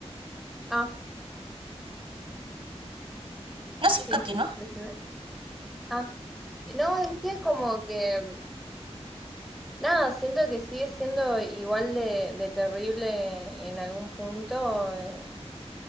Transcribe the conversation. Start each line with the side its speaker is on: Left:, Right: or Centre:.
Centre: ah,
Right: No, sí,
Centre: sí,
Right: continúa.
Centre: decime. Ah, no, decía como que Nada, siento que sigue siendo igual de, de terrible en algún punto. eh,